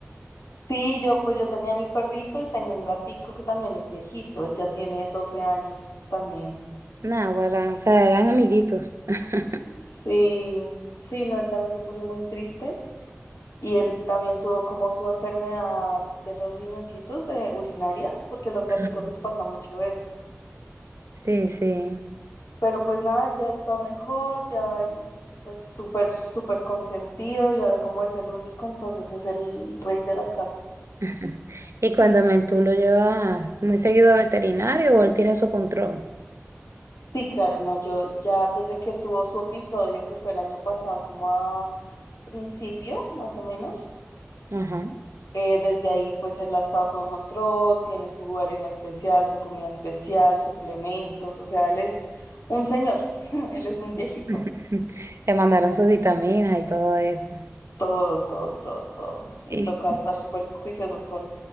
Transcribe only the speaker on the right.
Náguara, o sea, eran amiguitos. <laughs>
Ujú.
Sí, sí.
<laughs> Y cuéntame, ¿tú lo llevas muy seguido a veterinario o él tiene su control?
Ajá.
<laughs> Le mandaron sus vitaminas y todo eso.
Y